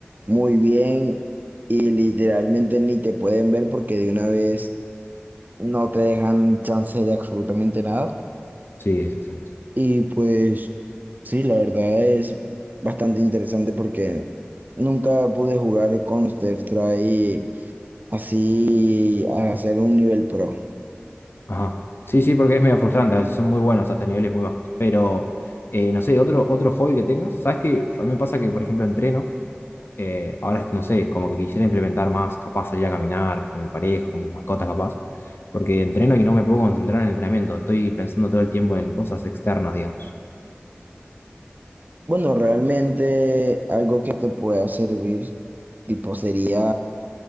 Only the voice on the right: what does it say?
muy bien y literalmente ni te pueden ver porque de una vez no te dejan chance de absolutamente nada.
Y pues sí, la verdad es bastante interesante porque nunca pude jugar Counter-Strike así a hacer un nivel pro.
Bueno, realmente algo que te pueda servir, tipo, sería